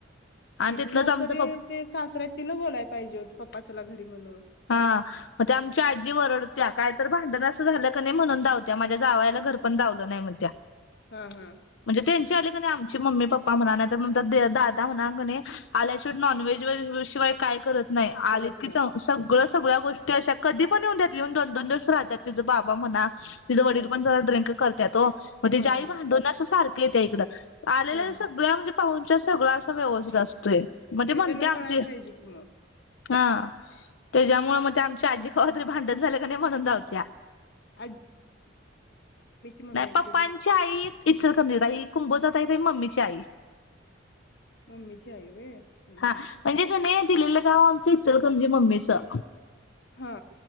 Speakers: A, on the left; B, on the left.
A: आणि
B: किती
A: तिथनंच
B: झालं
A: आमचं
B: तरी
A: पप्पा
B: ते सासरे आहेत. तिनं बोलाय पाहिजे होतं पप्पा चला घरी म्हणून
A: हा मग ते आमच्या आजी वरडत्या. काय तर भांडण असं झालं का नाही. म्हणून दावत्या. माझ्या जावयाला घर पण दावलं नाही म्हणत्या.
B: हम्. हम.
A: त्यांचे आले कणी. आमचे मम्मी-पप्पा म्हणा. नाहीतर दादा म्हणा कनी. आल्याशिवट नॉनव्हेज-बिनवेज शिवाय काय करत नाही.
B: करत
A: आलेत की
B: नाहीत
A: सग सगळं-सगळ्या गोष्टी अशा. कधी पण येऊंदेत येऊन दोन-दोन दिवस राहत्यात तिचं बाबा म्हणा. तिझं वडील
B: ह
A: पण जरा ड्रिंक करत्यात ओ. मग तिजी
B: हा
A: आई
B: हा
A: भांडून असं सारखं येत्या इकडं. आलेल्या
B: हा हा
A: सगळ्या म्हणजे पाहुणचार सगळं असं व्यवस्थित असतो. तोय मग
B: होय
A: ती म्हणत्या
B: त्यांना
A: आमची.
B: कळायला पाहिजे की मग
A: हा त्याच्यामुळं मग ती आमची आजी कवातरी भांडण झालं का नाही म्हणून दावत्या.
B: ह <unintelligible> मम्मी
A: नाही
B: आहे
A: पप्पांची
B: त्यांनी
A: आई इचलकरंजीत हाय. ही कुंभोजात हाय ती मम्मीची आई.
B: मम्मीची आई व्हय?
A: हा
B: हम्म
A: म्हणजे कनी दिलेलं गाव आमचं इचलकरंजी मम्मीचं.
B: हा.